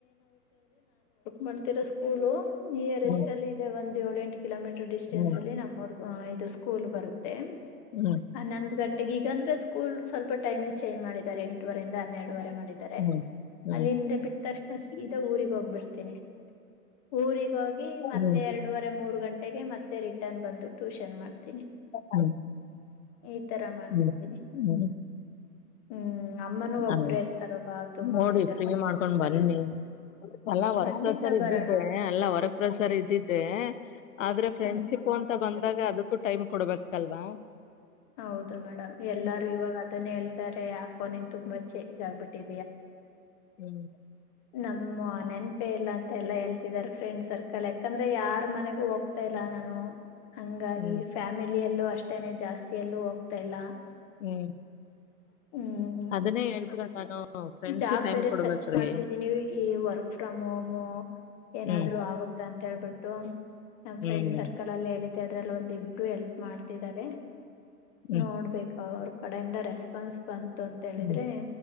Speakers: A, on the left; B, on the left.
A: ಮಾಡ್ತೀರ ಸ್ಕೂಲ್ ಇರ್ ರೆಸ್ಟ್
B: ಹ್ಮ್
A: ಅಲ್ಲಿ ಇದೆ ಒಂದ್ ಏಳ ಎಂಟ ಕಿಲೋಮೀಟರ್ ಡಿಸ್ಟೆನ್ಸ್
B: ಹ್ಮ್
A: ಅಲ್ಲಿ ನಮ್ಮೂರು ಇದು ಸ್ಕೂಲ್ ಬರುತ್ತೆ
B: ಹ್ಮ್
A: ಹನ್ನೊಂದು್ ಗಂಟೆ ಈಗ ಈಗಂದ್ರೆ ಸ್ಕೂಲ್ ಸ್ವಲ್ಪ ಟೈಮ್ ಚೇಂಜ್ ಮಾಡಿದ್ದಾರೆ ಎಂಟುವರಿ ಇಂದ ಹನ್ನೆರಡುವರೆ ಮಾಡಿದ್ದಾರೆ
B: ಹ್ಮ್ ಹ್ಮ್
A: ಅಲ್ಲಿಂದ
B: ಹ್ಮ್
A: ಬಿಟ್ಟ ತಕ್ಷಣ ಸೀದಾ ಊಗ್ ಹೋಗ್ಬಿಡ್ತೀನಿ ಊರಿಗ ಹೋಗಿ ಮತ್ತೆ
B: ಹ್ಮ್
A: ಎರಡೂುವರೆ ಮೂರು ಗಂಟೆಗೆ ಮತ್ತೆ ರಿಟರ್ನ್ ಬಂದು ಟ್ಯೂಷನ್ ಮಾಡ್ತೀನಿ
B: ಹ್ಮ್ ಹ್ಮ್
A: ಈ ತರ ಮಾಡ್ತಿದ್ದೀನಿ
B: ಹ್ಮ್ ಹ್ಮ್
A: ಹ್ಮ್ ಅಮ್ಮನೂ ಒಬ್ರ
B: ಆ,
A: ಇರ್ತಾರ ಹಾ ತುಂಬಾ
B: ನೋಡಿ
A: ಬೇಜಾರ್
B: ಫ್ರೀ
A: ಮಾಡ್ಕೊಂಡ್ಬಿಡ್ತಾರೆ
B: ಮಾಡ್ಕೊಂಡ್ ಬನ್ನಿ ಎಲ್ಲಾ ವರಕ್
A: ಖಂಡಿತ
B: ಪ್ರಸರ್ ಇದ್ದಿದ್ದೆ
A: ಬರೋಣ
B: ಎಲ್ಲಾ ವರಕ್ ಪ್ರಸರ್ ಇದ್ದಿದ್ದೆ ಆದ್ರೆ ಫ್ರೆಂಡ್ಶಿಪ್
A: ಹ್ಮ್
B: ಅಂತ ಬಂದಾಗ ಅದಕ್ಕೂ ಟೈಮ್ ಕೊಡ್ಬೇಕಲ್ವಾ
A: ಹೌದು ಮೇಡಮ್
B: ಹ್ಮ್
A: ಎಲ್ಲಾರು ಇವಾಗ ಅದನ್ನೇ ಹೇಳ್ತಾರೆ ಯಾಕೋ ನೀನ್ ತುಂಬಾ ಚೇಜ ಆಗ್ಬಿಟ್ಟಿ
B: ಹ್ಮ್
A: ನಮ್ಮ ನೆನಪೆ ಇಲ್ಲ ಅಂತ ಮ ಎಲ್ಲಾ ಹೇಳ್ತಿದಿದ್ದಾರೆ ಫ್ರೆಂಡ್ ಸರ್ಕಲ್ ಯಾಕಂದ್ರೆ ಯಾರ್ ಮನೆಗೂ ಹೋಗ್ತಾ ಇಲ್ಲ ನಾನು ಹಂಗಾಗಿ
B: ಹ್ಮ್
A: ಫ್ಯಾಮಿಲಿಯಲ್ಲೂ ಅಷ್ಟೇನೆ ಜಾಸ್ತಿಯಲ್ಲೂ ಹೋಗ್ತಾ ಇಲ್ಲ
B: ಹ್ಮ್
A: ಹ್ಮ್
B: ಅನ್ನೇ ಎಳ್ತರ ನಾನು ಫ್ರೆಂಡ್ಸಿಗೆ
A: ಜಾಬ್
B: ಟೈಮ್
A: ಬೇರೆ
B: ಕೊಡ್ಬೇಕ್ರಿ
A: ಸರ್ಚ್ ಮಾಡ್ತಿದ್ದೀನಿ ಈ ವರ್ಕ್ ಫ್ರಮ್ ಹೋಮ್ ಏನಾದ್ರು
B: ಹ್ಮ್
A: ಆಗುತ್ತ ಅಂತ ಹೇಳ್ಬಿಟ್ಟು ನಮ್
B: ಹ್ಮ್
A: ಫ್ರೆಂಡ್ ಸರ್ಕಲ್ ಅಲ್ಲಿ ಹೇಳಿದ್ದೆ ಅದ್ರಲ್ಲಿ ಒಂದು ಇಬ್ರು ಎಲ್ಪ್ ಮಾಡ್ತಿದ್ದಾರೆ
B: ಹ್ಮ್
A: ನೋಡ್ಬೇಕ ಅವ್ರ ಕಡೆಯಿಂದ ರೆಸ್ಪಾನ್ಸ್ ಬಂತು ಅಂತ ಹೇಳಿದ್ರೆ
B: ಹ್ಮ್